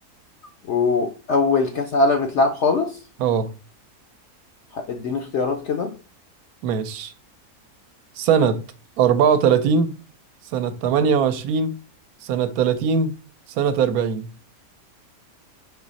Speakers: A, on the left; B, on the right.
A: وأول كأس عالم اتلعب خالص
B: اه
A: ه- اديني اختيارات كده
B: ماشي سنة 34 سنة 28 سنة 30 سنة 40